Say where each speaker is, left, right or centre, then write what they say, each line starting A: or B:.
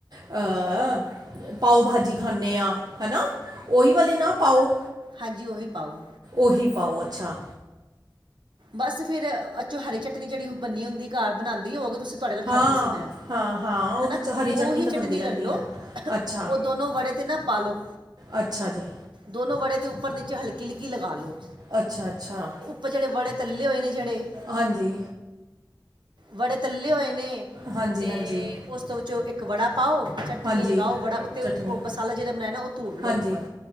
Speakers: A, on the right; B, on the right.
A: ਆ ਪਾਓ ਭਾਜੀ ਖਾਂਨੇ ਆ, ਹੈਨਾ ਉਓਹੀ ਵਾਲੇ ਨਾ ਪਾਓ
B: ਹਾਂਜੀ ਉਹੀ ਪਾਓ
A: ਉਹੀ ਪਾਓ ਅੱਛਾ।
B: ਬਸ ਫੇਰ ਅਚੋਂ ਹਰੀ ਚਟਨੀ ਜਿਹੜੀ ਉਹ ਬਨੀ ਹੁੰਦੀ ਆ ਘਰ ਬਣਾਉਂਦੀ ਹੋ ਗੇ ਤੁਸੀਂ ਤੁਹਾਡੇ ਕੋਲ ਖਾਧੀ
A: ਹਾਂ
B: ਸੀ ਮੈਂ
A: ਹਾਂ ਹਾਂ ਉਹ
B: ਹੈ
A: ਤੇ
B: ਨਾ
A: ਚ- ਹਰੀ
B: ਉਹੀ
A: ਤਾਂ ਬੰਦੀ
B: ਚਟਨੀ
A: ਰਹਿੰਦੀ
B: ਲੈ ਲਉ
A: ਹੈ ਅੱਛਾ
B: ਉਹ ਦੋਨੋ ਵੜੇ ਤੇ ਨਾ ਪਾਲੋ
A: ਅੱਛਾ ਜੀ।
B: ਦੋਨੋ ਬੜੇ ਦੇ ਉੱਪਰ ਨੀਚੇ, ਹਲਕੀ ਹਲਕੀ ਲਗਾ ਲੋ
A: ਅੱਛਾ, ਅੱਛਾ।
B: ਪਰ ਜਿਹੜੇ ਬੜੇ ਤੱਲੇ ਹੋਏ ਨੇ, ਜਿਹੜੇ
A: ਹਾਂਜੀ
B: ਬੜੇ ਤੱਲੇ ਹੋਏ ਨੇ
A: ਹਾਂਜੀ
B: ਤੇ
A: ਹਾਂਜੀ
B: ਉਸ ਤੋਂ ਵਿੱਚੋਂ ਇੱਕ ਵੜਾ ਪਾਓ, ਚੱਟਨੀ
A: ਹਾਂਜੀ
B: ਲਗਾਓ ਵੜਾ ਉੱਤੇ
A: ਚਟਨੀ
B: ਉਹ ਬ ਮਸਾਲਾ ਜਿਹੜੇ ਬਨਾਯਾ ਨਾ, ਔ ਧੁੜ
A: ਹਾਂਜੀ
B: ਲੋ ੳਪਰ,